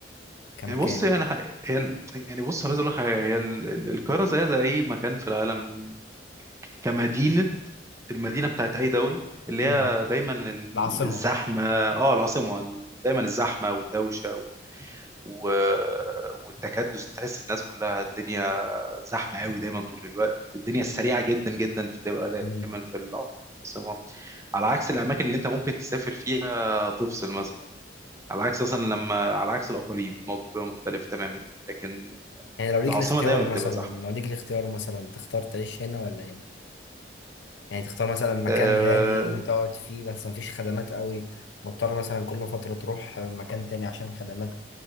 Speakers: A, on the left (about 75°); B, on the right (about 15°).
A: كمكان
B: يعني بص يعني ح- هي ال- يعني بص عايز اقول لك حاجة، هي ال- ال- القاهره زي زي اي مكان في العالم كمدينه المدينة بتاعت أي دولة اللي
A: امم
B: هي دايما ال-
A: العاصمه
B: الزحمة اه العاصمة ال- دايما الزحمة والدوشة و... و- والتكدس تحس الناس كلها الدنيا زحمة قوي دايما طول الوقت الدنيا السريعة جدا جدا بتبقى دايما
A: امم
B: في العاصمة على عكس الأماكن اللي أنت ممكن تسافر فيها تفصل مثلا على عكس مثلا لما على عكس الأقاليم الموضوع بيبقى مختلف تماما لكن
A: يعني لو ليك
B: العاصمة
A: الاختيار
B: دايما
A: مثلا
B: بتبقى زحمة
A: لو ليك الاختيار مثلا تختار تعيش هنا ولا هنا يعني تختار مثلا مكان
B: أه
A: هادي تقعد فيه بس مفيش خدمات قوي مضطر مثلا كل فترة تروح مكان تاني عشان خدمات